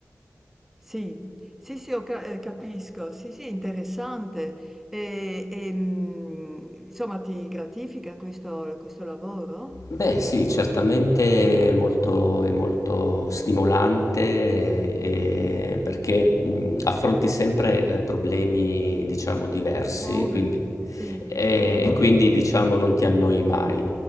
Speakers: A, in the centre; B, on the left.
A: sì, sì, sì, ho ca- eh, capisco, sì, sì, interessante. E, e, mm, insomma, ti gratifica questo, questo lavoro?
B: Beh, sì, certamente è molto, è molto stimolante e- e perché mh, affronti sempre eh, problemi, diciamo, diversi,
A: Nuovi,
B: quindi,
A: sì.
B: e,
A: mhm.
B: e quindi, diciamo, non ti annoi mai.